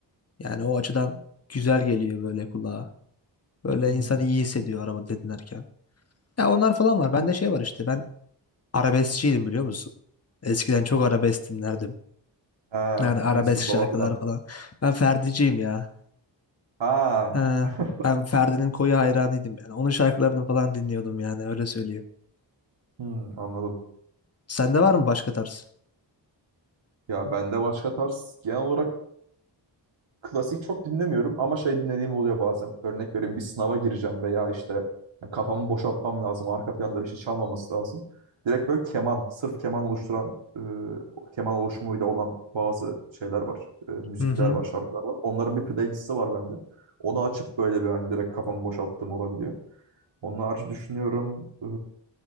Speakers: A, on the left (about 35°); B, on the right (about 80°).
A: Yani o açıdan güzel geliyor böyle kulağa. Böyle
B: Hı
A: insan
B: hı.
A: iyi hissediyor arabada dinlerken. Ya onlar falan var. Bende şey var işte ben arabeskçiydim biliyor musun? Eskiden çok arabesk dinlerdim.
B: Ha.
A: Yani arabesk
B: Müslüm
A: şarkılar
B: Baba falan.
A: falan. Ben Ferdi'ciyim ya.
B: Ha.
A: Ha,
B: <laughs>
A: ben Ferdi'nin koyu hayranıydım yani. Onun şarkılarını falan dinliyordum yani öyle söyleyeyim.
B: Hı, anladım.
A: Sende var mı başka tarz?
B: Ya bende başka tarz genel olarak klasik çok dinlemiyorum ama şey dinlediğim oluyor bazen. Örnek vereyim bir sınava gireceğim veya işte yani kafamı boşaltmam lazım. Arka planda bir şey çalmaması lazım. Direkt böyle keman, sırf keman oluşturan, e, keman oluşumuyla olan bazı şeyler var. E, müzikler
A: Hı hı.
B: var, şarkılar var. Onların bir playlisti var bende. Onu açıp böyle bir hani direkt kafamı boşalttığım olabiliyor. Onun harici düşünüyorum. e,